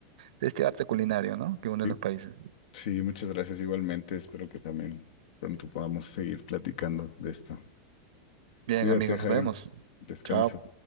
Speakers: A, on the right; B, on the left.
A: de este arte culinario, ¿no? Que une
B: Y-
A: los países.
B: sí, muchas gracias igualmente. Espero que también pronto podamos seguir platicando de esto.
A: Bien,
B: Cuídate,
A: amigos, nos
B: Jairo.
A: vemos.
B: Descansa.
A: Chao.